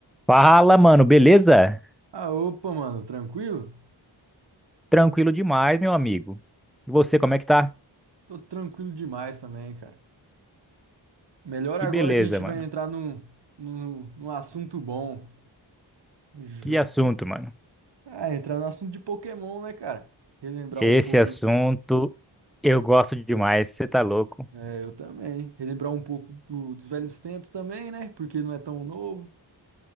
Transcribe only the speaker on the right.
Ah, opa, mano, tranquilo?
Tô tranquilo demais também, cara. Melhor
agora
que a gente
vai entrar num, num, num assunto bom. Ju-
Ah, entrar no assunto de Pokémon, né, cara? Relembrar
um pouco
do...
É, eu também. Relembrar um pouco do- dos velhos tempos também, né? Porque não é tão novo.